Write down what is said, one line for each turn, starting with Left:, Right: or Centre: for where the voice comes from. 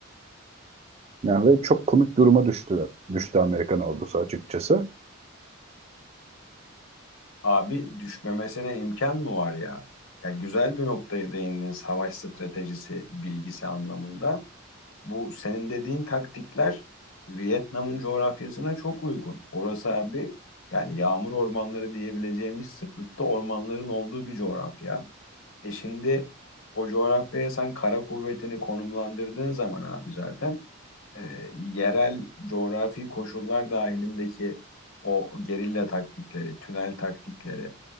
Right: Yani ve çok komik duruma düştüler. Düştü Amerikan ordusu açıkçası.
Left: Abi düşmemesine imkan mı var ya? Ya güzel bir noktaya değindin savaş stratejisi bilgisi anlamında. Bu senin dediğin taktikler Vietnam'ın coğrafyasına çok uygun. Orası abi yani yağmur ormanları diyebileceğimiz sıklıkta ormanların olduğu bir coğrafya. E şimdi o coğrafyaya sen kara kuvvetini konumlandırdığın zaman abi zaten e, yerel coğrafi koşullar dahilindeki o gerilla taktikleri, tünel taktikleri,